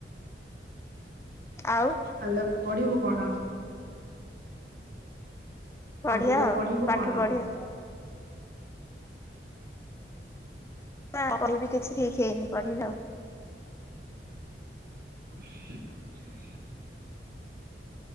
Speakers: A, on the left (about 15°); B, on the right (about 55°).
A: ଆଉ।
B: ଆଉ ୟାକୁ ପଢ଼ିବୁ କଣ।
A: ବଢିଆ
B: ଅବିକା
A: ଆଉ
B: ପଢିବୁ
A: ପାଠ
B: କଣ?
A: ପଢିବା। ହଁ କହିବି କିଛି ଠିକ ହେଇନି ପଢିବି ଆଉ।
B: <unintelligible>